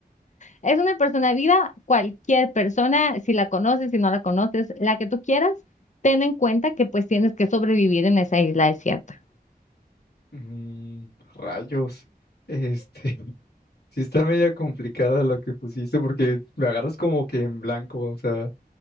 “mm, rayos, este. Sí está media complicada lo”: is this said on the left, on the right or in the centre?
Left